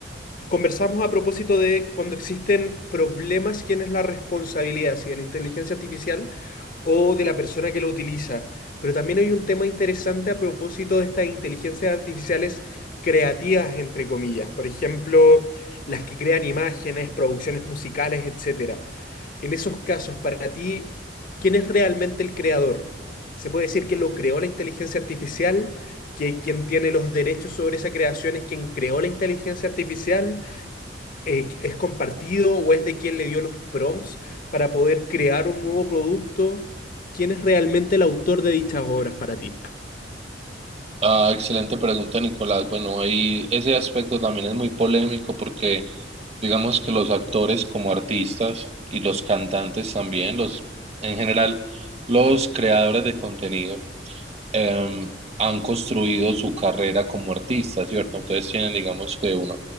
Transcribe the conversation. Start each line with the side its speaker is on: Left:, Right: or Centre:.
Left: Conversamos a propósito de cuando existen problemas, ¿quién es la responsabilidad? Si de la inteligencia artificial o de la persona que lo utiliza. Pero también hay un tema interesante a propósito de estas inteligencias artificiales creativas, entre comillas. Por ejemplo, las que crean imágenes, producciones musicales, etcétera. En esos casos, para ti, ¿quién es realmente el creador? ¿Se puede decir que lo creó la inteligencia artificial? ¿Que quien tiene los derechos sobre esa creación es quien creó la inteligencia artificial? eh, es compartido o es de quien le dio los prompts para poder crear un nuevo producto? ¿Quién es realmente el autor de dichas obras para ti?
Right: Ah, excelente pregunta, Nicolás. Bueno, ahí ese aspecto también es muy polémico porque digamos que los actores como artistas y los cantantes también, los en general los creadores de contenido eh, han construido su carrera como artistas, ¿cierto? Entonces tienen, digamos que una-